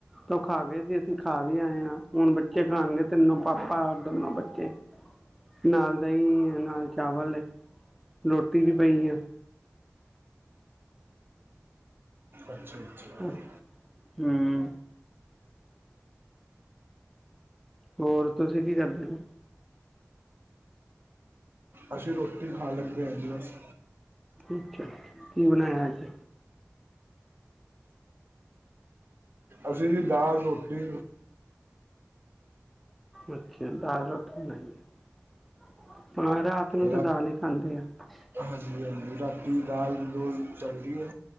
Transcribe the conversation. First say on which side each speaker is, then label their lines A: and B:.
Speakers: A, in the centre; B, on the right (about 40°).
A: ਤੇ ਓ ਖਾ ਗਏ ਸੀ, ਅਸੀਂ ਖਾ ਵੀ ਆਏ ਹਾਂ। ਹੁਣ ਬੱਚੇ ਖਾਣਗੇ, ਤਿੰਨੋ ਪਾਪਾ ਦੋਨੋ ਬੱਚੇ। ਨਾਲ ਦਹੀਂ ਏ, ਨਾਲ ਚਾਵਲ ਏ, ਰੋਟੀ ਵੀ ਪਈ ਏ।
B: ਅੱਛਾ ਅੱਛਾ
A: ਹ ਹ ਮ। ਹੋਰ ਤੁਸੀਂ ਕੀ ਕਰਦੇ ਹੋ।
B: ਅਸੀਂ ਰੋਟੀ ਖਾਣ ਲੱਗੇ ਹਾਂ। ਜੀ ਬਸ।
A: ਅੱਛਾ, ਕੀ ਬਣਾਇਆ ਅੱਜ?
B: ਅੱਸੀ ਨੀ ਦਾਲ -ਰੋਟੀ।
A: ਅੱਛਾ, ਦਾਲ ਰੋਟੀ ਨਹੀਂ ਹੈ <unintelligible> ਰਾਤ ਨੂੰ, ਤੇ
B: ਰਾ-
A: ਦਾਲ ਹੀ ਖਾਂਦੇ ਆ। <unintelligible>
B: ਹਾਂਜੀ ਰਾਤੀ, ਦਾਲ -ਦੂਲ ਚਲਦੀ ਏ।